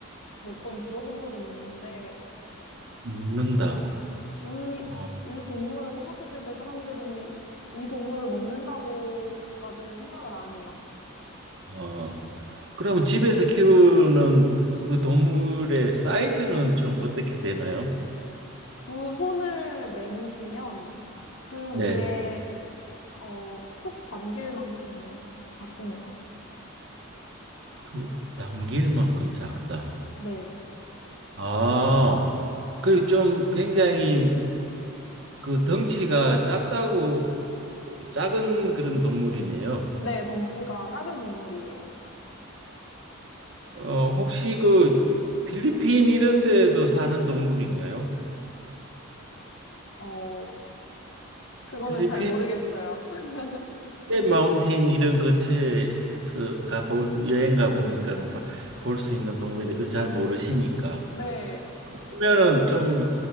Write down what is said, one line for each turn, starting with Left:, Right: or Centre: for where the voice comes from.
Left: 몇 번 들어본 적은 있는데,
Right: 먹는다.
Left: 어, 이, 이,
Right: 어,
Left: 이 동물을 생각했을 때 사람들이 이 동물을 먹는다고까지는 생각을 안 해요.
Right: 어. 그러면 집에서 키우는 그 동물의 사이즈는 좀 어떻게 되나요?
Left: 두 손을 내미시면 그
Right: 네.
Left: 위에, 어, 푹 담길 만큼 작습니다.
Right: 두, 담길 만큼 작다.
Left: 네.
Right: 아, 그리고 좀 굉장히 그 덩치가 작다고 작은 그런 동물이네요.
Left: 네, 덩치가 작은 동물이에요.
Right: 어, 혹시 그 필리핀 이런 데에도 사는 동물인가요?
Left: 어, 그거는
Right: 필리핀
Left: 잘 모르겠어요. <laughs>
Right: 마운틴 이런 근처에서 가보 여행 가보니까는 볼 수 있는 동물인데 그걸 잘 모르시니까
Left: 네.
Right: 그러면은 좀